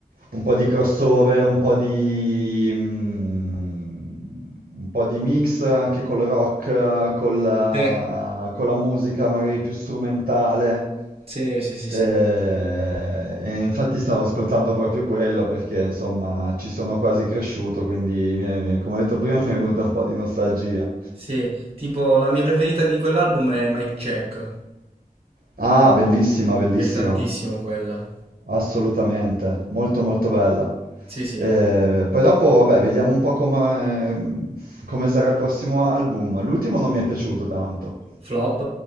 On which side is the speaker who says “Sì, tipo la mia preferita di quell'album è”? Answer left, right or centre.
Right